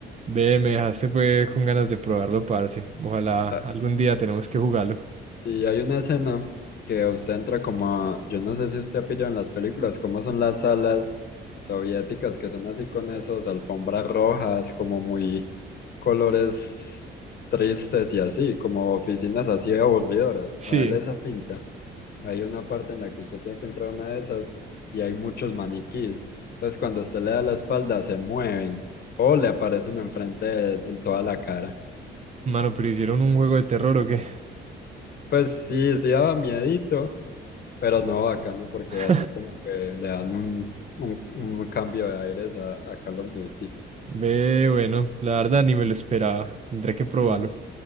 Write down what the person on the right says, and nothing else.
Ve, me dejaste fue con ganas de probarlo, parce. Ojalá
algún día tenemos que jugarlo.
Sí.
Mano, pero hicieron un juego de terror o qué?
<laughs>
Ve, bueno, la verdad ni me lo esperaba. Tendré que probarlo.